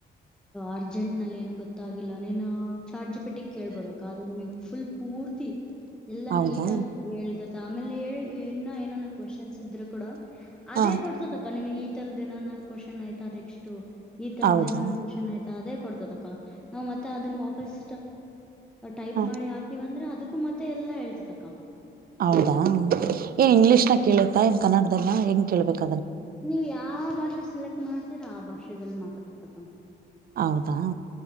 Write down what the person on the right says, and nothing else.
ಹೌದಾ
ಹಾ
ಹೌದಾ
ಹ
ಹೌದಾ ಏ
ಇಂಗ್ಲಿೀಷ್ ನ ಕೇಳ ನ್ ಕನ್ನಡದಲ್ಲ ಹೆಂಗ್ ಕೇಳ್ಬೇಕು
ಹೌದಾ